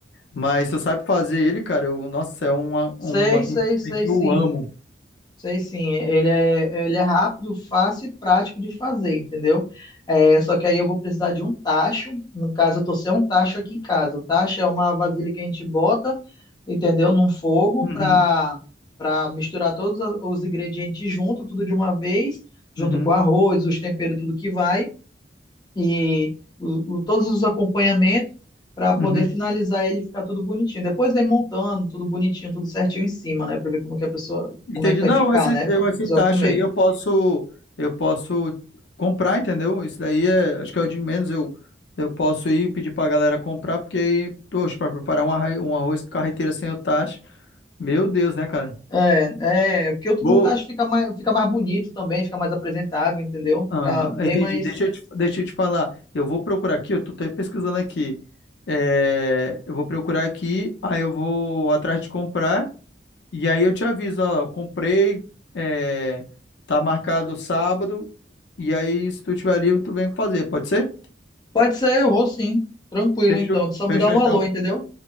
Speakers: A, on the left; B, on the left.
A: Mas tu sabe fazer ele, cara, eu- nossa, é uma, uma
B: Sei,
A: comida
B: sei, sei,
A: que
B: sim.
A: eu amo.
B: Sei sim, ele é, ele é rápido, fácil e prático de fazer, entendeu? É, só que aí eu vou precisar de um tacho. No caso, eu tô sem um tacho aqui em casa. O tacho é uma vasilha que a gente bota, entendeu? Num fogo
A: Uhum,
B: para para misturar todos a- os ingredientes junto, tudo de uma vez, junto
A: uhum,
B: com arroz, os temperos, tudo que vai e o, o- todos os acompanhamentos para
A: uhum.
B: poder finalizar ele e ficar tudo bonitinho. Depois vem montando tudo bonitinho, tudo certinho em cima, né? Para ver como que a pessoa,
A: Entendi.
B: como é que vai
A: Não,
B: ficar,
A: esse,
B: né?
A: eu,
B: Para a
A: esse
B: pessoa
A: taxa
B: comer.
A: aí eu posso, eu posso comprar, entendeu? Isso daí é, acho que é o de menos. Eu, eu posso ir pedir pra galera comprar, porque aí, poxa, pra preparar um arroz, um arroz carreteira sem o taxa, meu Deus, né, cara?
B: É, é, porque o
A: Vou.
B: montagem fica mais, fica mais bonito também, fica mais apresentável, entendeu?
A: Aham,
B: Fica bem
A: entendi.
B: mais.
A: Deixa eu te, deixa eu te falar. Eu vou procurar aqui, eu tô até pesquisando aqui. É, eu vou procurar aqui, aí eu vou atrás de comprar. E aí eu te aviso, ó, eu comprei, é, tá marcado sábado, e aí se tu tiver livre, tu vem fazer, pode ser?
B: Pode ser, eu vou sim. Tranquilo,
A: Fechou,
B: então. Tu Só
A: fechou
B: me dá um
A: então,
B: alô, entendeu?